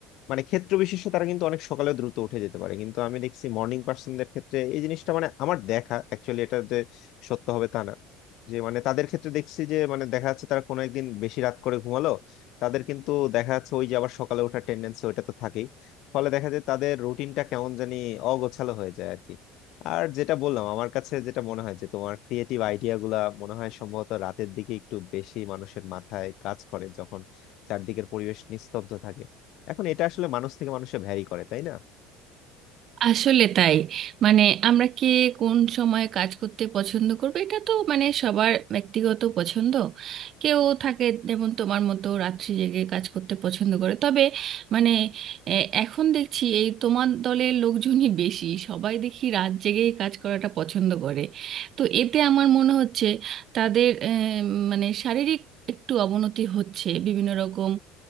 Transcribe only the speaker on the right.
আসলে তাই মানে আমরা কে কোন সময় কাজ করতে পছন্দ করবে এটা তো মানে সবার ব্যক্তিগত পছন্দ কেউ থাকে যেমন তোমার মতো রাত্রি জেগে কাজ করতে পছন্দ করে তবে মানে এ, এখন দেখছি এই তোমার দলের লোকজনই বেশি সবাই দেখি রাত জেগেই কাজ করাটা পছন্দ করে তো এতে আমার মনে হচ্ছে তাদের এ, মানে শারীরিক একটু অবনতি হচ্ছে বিভিন্ন রকম